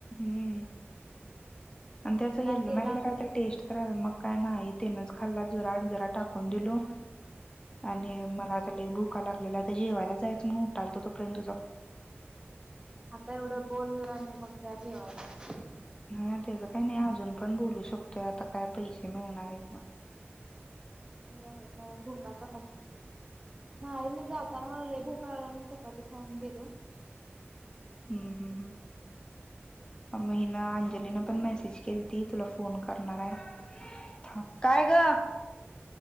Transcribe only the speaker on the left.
हम्म आणि त्याच
येल्लो
मॅगी कायत टेस्ट तर रा मग काय नाही तेनच खाल्ला जरा जरा टाक टाकून दिलो आणि
मला आता लय भुका लागलेला जेवायला जायच म्हूनन उठाल तो पर्यंत
त्याच काही नाही अजून पण बोलू शकतोय आता काय पैसे मिळणार आहे
हम्म हम् हम् म हन अंजलीनं पण मेसेज केली ती तुला फोन करणार आहे काय ग